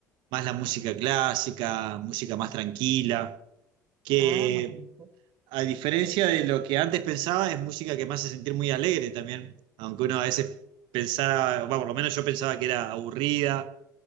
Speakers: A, on the right (about 55°); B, on the right (about 40°).
A: más la música clásica, música más tranquila, que
B: Ah, más. bonito.
A: a diferencia de lo que antes pensaba, es música que me hace sentir muy alegre también, aunque uno a veces pensara, bueno, por lo menos yo pensaba que era aburrida